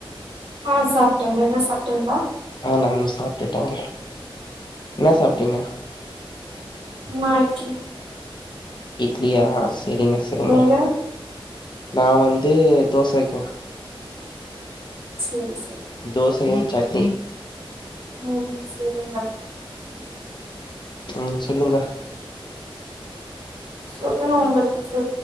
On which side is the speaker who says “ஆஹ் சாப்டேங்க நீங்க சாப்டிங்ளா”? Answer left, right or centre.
Right